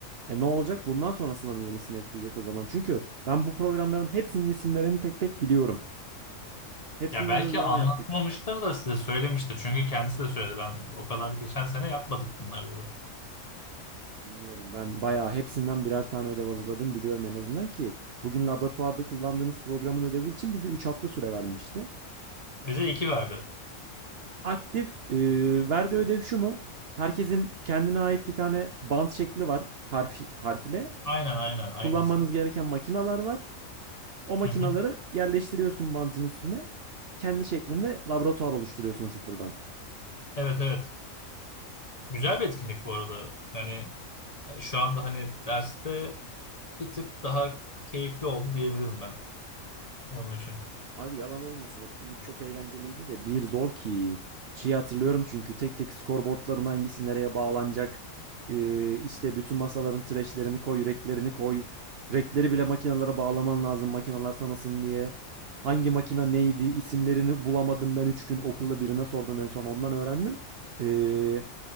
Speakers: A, on the right (about 60°); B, on the left (about 30°).
A: E ne olacak? Bundan sonrasına mı yenisini ekleyecek o zaman? Çünkü ben bu programların hepsinin isimlerini tek tek biliyorum. Hepsinden
B: Ya belki
A: uygulama
B: anlatmamıştır
A: yaptık.
B: da size söylemiştir. Çünkü kendisi de söyledi. Ben o kadar geçen sene yapmadık bunları dedi.
A: Bilmiyorum ben bayağı hepsinden birer tane ödev hazırladım biliyorum en azından ki bugün laboratuvarda kullandığınız programın ödevi için bize 3 hafta süre vermişti.
B: Bize iki verdi.
A: Aktif e, verdiği ödev şu mu? Herkesin kendine ait bir tane bant şekli var harf, harf ile.
B: Aynen aynen aynısı.
A: Kullanmanız gereken makinalar var. O makinaları
B: Hı hı.
A: yerleştiriyorsun bantın üstüne. Kendi şeklinde laboratuvar oluşturuyorsun sıfırdan.
B: Evet evet. Güzel bir etkinlik bu arada. Yani e, şu anda hani derste bir tık daha keyifli oldu diyebilirim ben onun için.
A: Abi yalan olmasın etkinlik çok eğlenceliydi de bir zor ki. Şeyi hatırlıyorum çünkü tek tek skorboardların hangisi nereye bağlanacak. Ee, işte bütün masaların trashlerini koy, reklerini koy. Rekleri bile makinalara bağlaman lazım makineler tanısın diye. Hangi makina neydi isimlerini bulamadım ben 3 gün okulda birine sordum en son ondan öğrendim. Ee,